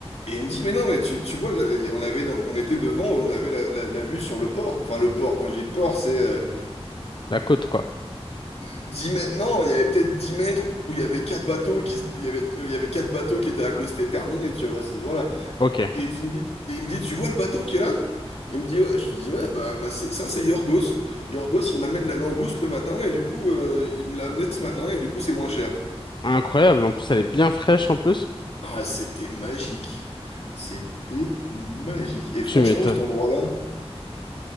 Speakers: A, on the left (about 75°); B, on the left (about 45°).
A: et il me dit, mais non, mais tu, tu vois, le- on avait, on était devant, on avait la, la- la vue sur le port. Enfin, le port. Quand je dis le port, c'est euh,
B: La côte, quoi.
A: 10 mètres, non, il y avait peut-être 10 mètres où il y avait quatre bateaux qui se- il y avait, euh, il y avait quatre bateaux qui étaient accostés, terminé, tu vois, c'est voilà.
B: Ok.
A: Et il me dit, et il me dit, tu vois le bateau qui est là? Il me dit, ouais, je lui dis, ouais, bah, bah, c'est, ça, c'est Yorgos. Yorgos, il m'amène la langouste le matin et du coup, euh, il me l'a amené ce matin et du coup, c'est moins cher.
B: Incroyable. En plus, elle est bien fraîche, en plus.
A: Ah, c'était magique. C'était magique. Et
B: Tu
A: franchement,
B: m'étonnes.
A: cet endroit-là,